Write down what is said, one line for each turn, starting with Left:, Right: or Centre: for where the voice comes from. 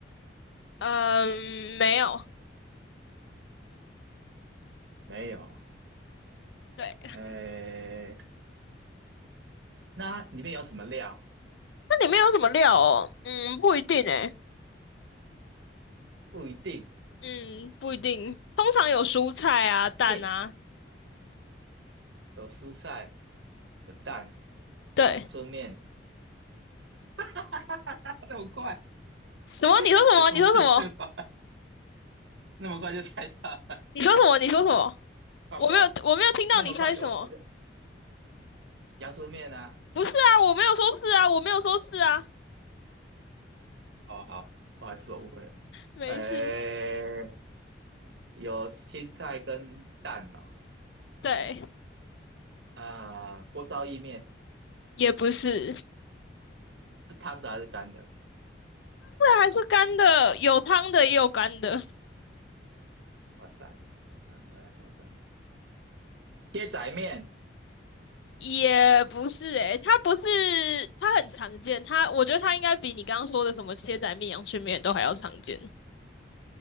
Left: 嗯，没有。
Right: 没有。
Left: 对，
Right: 诶，那它里面有什么料？
Left: 那里面有什么料哦？嗯，不一定诶。
Right: 不一定。
Left: 嗯，不一定。通常有蔬菜啊、蛋啊。
Right: 面有蔬菜，有蛋，
Left: 对，
Right: 阳春面。<laughs> 那么快，
Left: 什么？你说什么？
Right: <laughs> 不是这个吧
Left: 你说什么？
Right: <laughs> 那么快就猜到了。
Left: <laughs> 你说什么？你说什么？
Right: 好，换我。
Left: 我没有，我没有听到你猜什么。
Right: 那么快就我我就阳春面啊。
Left: 不是啊，我没有说是啊，我没有说是啊。
Right: 哦，好，不好意思，我误会了。
Left: 没事。
Right: 诶，有青菜跟蛋哦。
Left: 对，
Right: 啊、锅烧意面
Left: 也不是。
Right: 是汤的还是干的？
Left: 还是干的，有汤的也有干的，
Right: 哇塞，有干的，有干的。切仔面，
Left: 也不是诶、它不是，它很常见，它我觉得它应该比你刚刚说的什么切仔面、阳春面都还要常见。